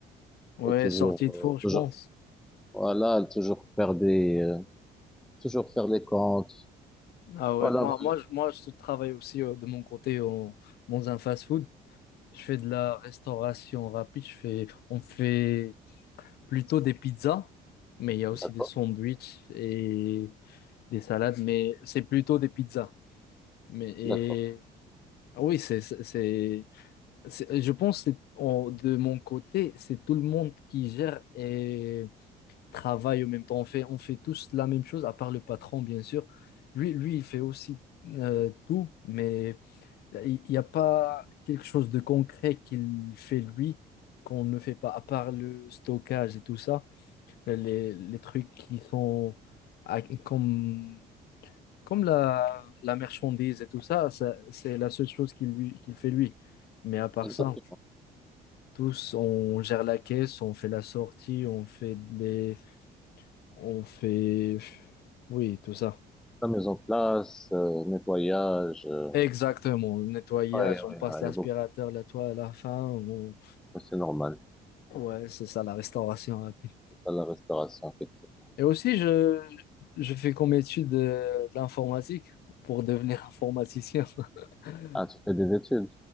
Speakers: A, on the left; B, in the centre.
A: Ouais,
B: et toujours,
A: sortie
B: euh,
A: de four, je
B: toujours,
A: pense.
B: voilà, toujours faire des, euh, toujours faire les comptes.
A: Ah ouais,
B: Voilà,
A: moi,
B: voilà.
A: moi, je, moi, je travaille aussi euh, de mon côté en- dans un fast-food. Je fais de la restauration rapide. Je fais, on fait plutôt des pizzas, mais il y a aussi
B: d'accord,
A: des sandwichs et des salades, mais c'est plutôt des pizzas. Mais et,
B: d'accord,
A: ah oui, c'est, c'est, c'est- C'est- Je pense que c'est- en- de mon côté, c'est tout le monde qui gère et travaille en même temps. On fait, on fait tous la même chose, à part le patron, bien sûr. Lui, lui, il fait aussi euh, tout, mais il n'y a pas quelque chose de concret qu'il fait lui qu'on ne fait pas, à part le stockage et tout ça, les, les trucs qui sont à- comme, comme la, la marchandise et tout ça, ça, c'est la seule chose qu'il lui, qu'il fait lui. Mais à part
B: exactement.
A: ça. Tous, on gère la caisse, on fait la sortie, on fait les, on fait, oui, tout ça.
B: La mise en place, euh, nettoyage. euh,
A: Exactement, le nettoyage,
B: ouais, ouais,
A: on passe
B: ouais,
A: l'aspirateur,
B: il y a beaucoup
A: la toile à la fin. on-
B: Ouais, C'est normal.
A: Ouais, c'est ça, la restauration rapide.
B: C'est ça la restauration, effectivement.
A: Et aussi, je, je fais comme étude euh, de, l'informatique pour devenir informaticien. <laughs>
B: Ah, tu fais des études.